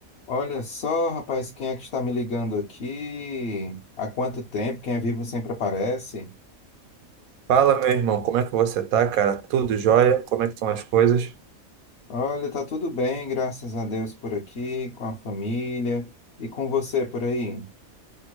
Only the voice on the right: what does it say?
Fala, meu irmão, como é que você tá, cara? Tudo jóia? Como é que estão as coisas?